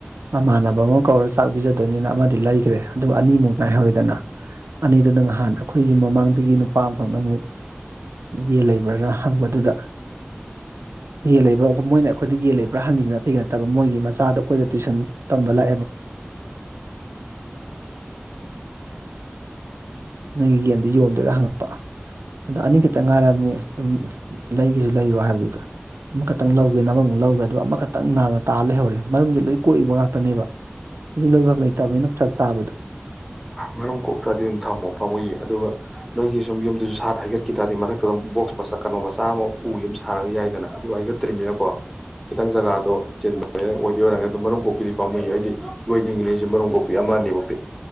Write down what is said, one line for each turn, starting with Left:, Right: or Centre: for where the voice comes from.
Right: ꯃꯃꯥꯟꯅꯕ ꯑꯃ ꯀꯧꯔ ꯆꯥꯛ ꯄꯤꯖꯗꯕꯅꯤꯅ ꯑꯃꯗꯤ ꯂꯩꯈ꯭ꯔꯦ ꯑꯗꯨꯒ ꯑꯅꯤꯃꯨꯛ ꯉꯥꯏꯍꯧꯔꯣꯏꯗꯅ ꯑꯅꯤꯗꯨꯅ ꯉꯍꯥꯟ ꯑꯩꯈꯣꯏꯒꯤ ꯃꯃꯥꯡꯗꯒꯤ ꯅꯨꯄꯥ ꯑꯃꯈꯛꯅ ꯑꯃꯨꯛ ꯌꯦꯟ ꯂꯩꯕ꯭ꯔꯅ ꯍꯪꯕꯗꯨꯗ ꯌꯦꯟ ꯂꯩꯕ꯭ꯔꯥꯨ ꯃꯣꯏꯅ ꯌꯦꯦꯜ ꯂꯩꯕ꯭ꯔꯥ ꯍꯪꯉꯁꯤꯅꯇꯩ ꯅꯠꯇꯕ ꯃꯣꯏꯒꯤ ꯃꯆꯥꯗꯣ ꯑꯩꯈꯣꯏꯗ ꯇ꯭ꯋꯁꯟ ꯂ ꯑꯩ ꯌꯦ ꯎ ꯌꯣꯟꯗꯣꯏꯔꯥ ꯍꯪꯉꯛꯄ ꯑꯗꯣ ꯑꯅꯤꯈꯛꯇ ꯉꯥꯏꯔꯕꯅꯤ ꯑꯗꯨꯝ ꯂꯩꯒꯤꯁꯨ ꯂꯩꯔꯣ ꯍꯥꯏꯕꯗꯨꯗ ꯑꯃꯈꯛꯇꯪ ꯂꯧꯒ ꯑꯃꯃꯨꯛ ꯂꯧꯈ꯭ꯔꯦ ꯑꯗꯨ ꯑꯃꯈꯛꯇꯪ ꯅꯥꯝꯃ ꯇꯥ ꯂꯩꯍꯧꯔꯦ ꯃꯔꯨꯝꯗꯤ ꯂꯣꯏ ꯀꯣꯛꯏꯕ ꯉꯥꯛꯇꯅꯦꯕ ꯑꯗꯨ ꯂꯣꯏꯐꯝ ꯂꯩꯇꯕꯅꯤꯅ ꯐꯔꯛ ꯇꯥꯕꯗꯣ
Centre: ꯃꯔꯨꯝ ꯀꯣꯛ ꯇꯥꯔꯗꯤ ꯑꯗꯨꯝ ꯊꯝꯃꯣ ꯄꯥꯝꯃꯨꯏꯌꯦ ꯑꯗꯨꯒ ꯅꯣꯏꯒꯤ ꯁꯨꯝ ꯌꯨꯝꯗꯨꯁꯨ ꯍꯥꯏꯒꯠꯈꯤ ꯇꯥꯔꯗꯤ ꯃꯊꯛꯇ ꯕꯣꯛꯁ ꯀꯩꯅꯣ ꯃꯆꯥ ꯑꯃ ꯎꯒꯤ ꯑꯃ ꯁꯥꯔꯒ ꯌꯥꯏꯗꯅ ꯑꯗꯨ ꯍꯥꯏꯒꯠꯇ꯭ꯔꯤꯕꯅꯤꯅꯀꯣ ꯈꯤꯇꯪ ꯖꯒꯥꯗꯣ ꯆꯤꯟꯕ ꯑꯣꯏ ꯑꯣꯏꯔꯅꯤ ꯑꯗꯣ ꯃꯔꯨꯝ ꯀꯣꯛꯄꯤꯗꯤ ꯄꯥꯃꯨꯌꯦ ꯑꯩꯗꯤ ꯂꯣꯏꯅꯤꯡꯉꯤ ꯑꯩꯁꯦ ꯃꯔꯨꯝ ꯀꯣꯛꯄꯤ ꯑꯃ ꯑꯅꯤꯐꯥꯎꯗꯤ